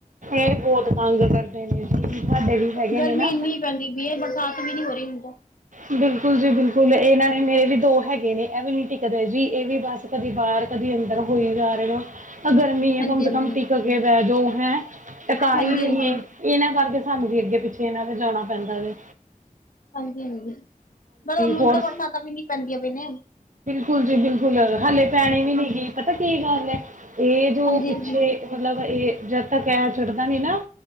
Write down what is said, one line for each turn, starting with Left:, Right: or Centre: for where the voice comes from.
Right: ਇਹ ਬਹੁਤ ਤੰਗ ਕਰਦੇ ਨੇ ਸਾਡੇ ਵੀ ਹੈਗੇ
Left: ਗਰਮੀ
Right: ਨੇ ਨਾ
Left: ਇੰਨੀ ਪੈਂਦੀ ਪਈ ਹੈ ਬਰਸਾਤ ਵੀ ਨਹੀਂ ਹੋ ਰਹੀ ਹੁਣ ਤਾਂ
Right: ਬਿਲਕੁਲ ਜੀ ਬਿਲਕੁਲ ਇਹਨਾਂ ਨੇ ਮੇਰੇ ਵੀ ਦੋ ਹੈਗੇ ਨੇ ਇਹ ਵੀ ਨੀ ਟਿਕਦੇ ਜੀ ਇਹ ਵੀ ਬਸ ਕਦੀ ਬਾਹਰ ਕਦੀ ਅੰਦਰ ਹੋਈ ਜਾ ਰਹੇ ਹੋ ਗਰਮੀ ਹੈ
Left: ਹਾਂਜੀ
Right: ਕਮ ਸੇ
Left: ਹਾਂਜੀ
Right: ਕਮ ਟਿਕ ਕੇ ਵੇਜੋ ਹੈ ਟਿਕਾਈ
Left: ਹਾਂਜੀ
Right: ਹੀ ਨਹੀਂ
Left: ਹਾਂਜੀ
Right: ਹੈ ਇਹਨਾਂ ਕਰਕੇ ਸਾਨੂੰ ਵੀ ਅੱਗੇ ਪਿੱਛੇ ਇਹਨਾਂ ਤੇ ਜਾਣਾ ਪੈਂਦਾ ਵ
Left: ਹਾਂਜੀ-ਹਾਂਜੀ ਪਰ ਮੁਨ
Right: ਹੋਰ
Left: ਤੋਂ ਬਰਸਾਤਾਂ ਵੀ ਨੀ ਪੈਂਦੀਆਂ ਪਈਏ,
Right: ਕੂਲ ਜੇ ਬਿਲ ਹਲੇ ਪੈਣੇ ਵੀ ਨਹੀਂ ਗਏ ਪਤਾ ਕੀ ਗੱਲ ਹੈ? ਇਹ
Left: ਹਾਂਜੀ
Right: ਜੋ ਪਿੱਛੇ,
Left: ਹਾਂਜੀ
Right: ਮਤਲਬ, ਇਹ ਜਦ ਤੱਕ ਕਹੀ ਚੜ੍ਹਦਾ ਨਹੀਂ, ਨਾ?